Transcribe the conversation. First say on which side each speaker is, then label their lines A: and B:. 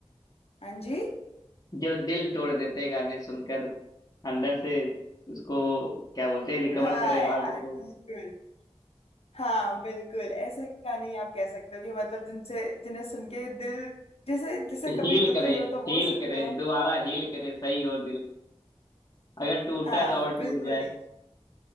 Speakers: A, on the left (about 65°); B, on the left (about 35°).
A: हाँ जी
B: जो दिल तोड़ देते हैं गाने सुनकर अंदर से उसको क्या बोलते हैं रिकवर
A: हाँ
B: करे हार्ट
A: यार
B: को
A: बिल्कुल हाँ बिल्कुल ऐसे गाने ही आप कह सकते हो कि मतलब जिनसे जिन्हें सुन के दिल जैसे जैसे
B: हील
A: कभी दुखी
B: करे
A: हो तो
B: हील
A: वो सुन
B: करे
A: लो
B: दोबारा हील करे सही हो दिल अगर टूटा
A: हाँ
B: है तो और
A: बिल्कुल
B: टूट जाए
A: ही